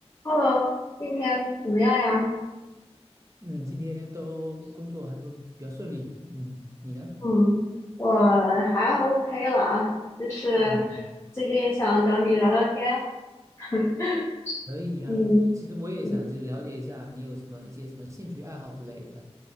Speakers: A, on the left; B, on the right.
A: Hello，今天怎么样呀？
B: 嗯，今天都工作还都比较顺利。嗯，你呢？
A: 嗯，我还 OK 了啊，就是
B: 嗯，
A: 最近想找你聊聊天。<laughs>
B: 可以呀。
A: 嗯
B: 其实我也想就是了解一下你有什么一些什么兴趣爱好之类的，
A: 嗯，